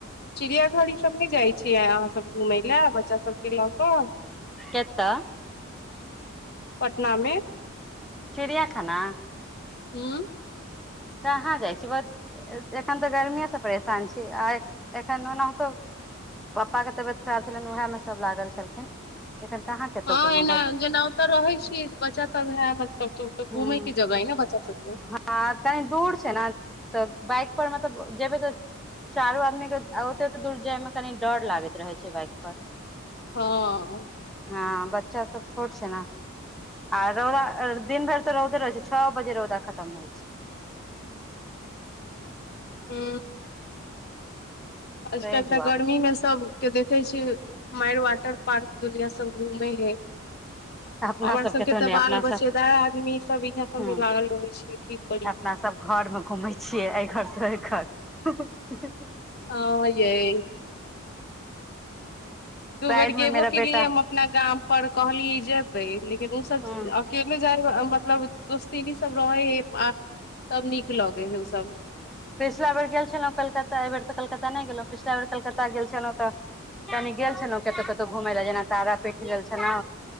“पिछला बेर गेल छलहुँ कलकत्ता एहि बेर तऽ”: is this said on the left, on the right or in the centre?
Centre